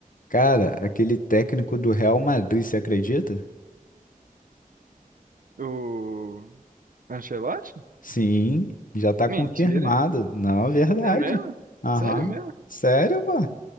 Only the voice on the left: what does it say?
cara, aquele técnico do Real Madrid, você acredita?
Sim, já tá
confirmado. Não, verdade.
Aham.
Sério, pô?